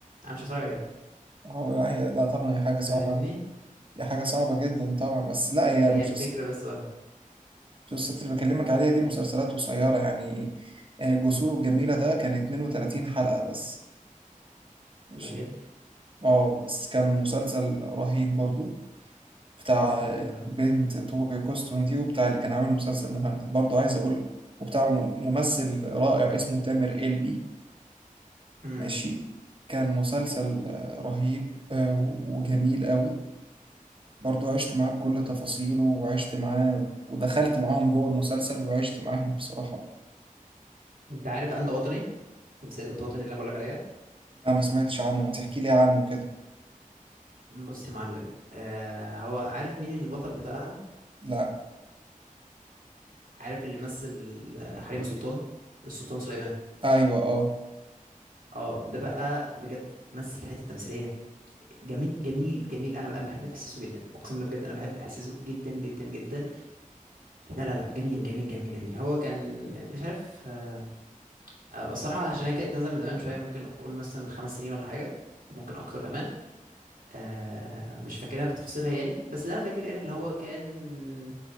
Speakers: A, on the right; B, on the right.
A: انا مش هتفرج عليها
B: هو لا هي لا طبعا هي حاجة صعبة
A: فاهمني
B: هي حاجة صعبة جدا طبعا بس لا هي
A: هي
B: المسلسل-
A: الفكره بس اه
B: المسلسلات اللي بكلمك عليها دي مسلسلات قصيرة يعني آه، جسور الجميلة ده كان 32 حلقة بس ماشي
A: قليل
B: اه بس كان مسلسل رهيب برضو بتاع
A: ايوه
B: البنت طوبة كوستون دي وبتاع اللي كان عامل مسلسل مهند برضو عايز أقول وبتاع ممثل رائع اسمه تامر قلبي
A: امم
B: ماشي كان مسلسل آه، رهيب آه، وجميل قوي برضو عشت معاه بكل تفاصيله وعشت معاه ودخلت معاهم جوه المسلسل وعشت معاهم بصراحة
A: انت عارف انت وطني تمثيليه انت وطني اللي انا بقول لك عليها
B: لا ما سمعتش عنه ما تحكي لي عنه كده
A: بص يا معلم آه هو عارف مين البطل بتاعها
B: لا
A: عارف اللي مثل آه، حريم سلطان السلطان سليمان
B: ايوه اه
A: اه ده بقى بجد مثل حته تمثيليه جميل جميل جميل انا بقى بحب احساسه جدا اقسم بالله بجد انا بحب احساسه جدا جدا جدا لا لا لا جميل جميل جميل جميل هو كان مش عارف آه، آه، الصراحه عشان هي كانت نازله من زمان شويه ممكن اقول مثلا خمس سنين ولا حاجه وممكن اكتر كمان آه، مش فاكرها بتفاصيلها يعني بس اللي انا فاكر يعني اللي هو كان